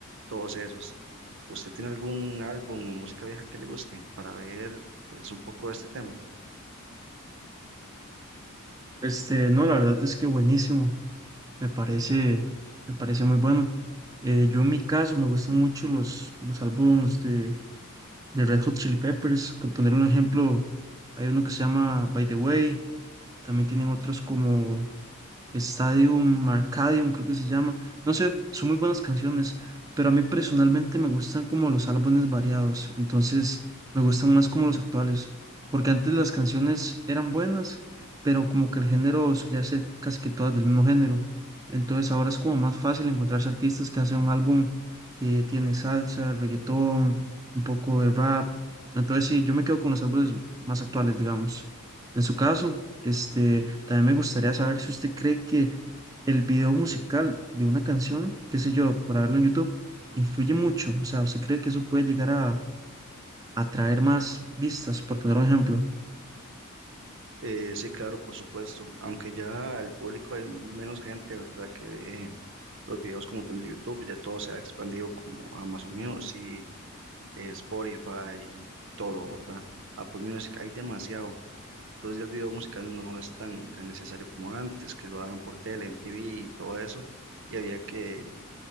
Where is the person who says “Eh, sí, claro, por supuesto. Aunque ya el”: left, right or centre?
Right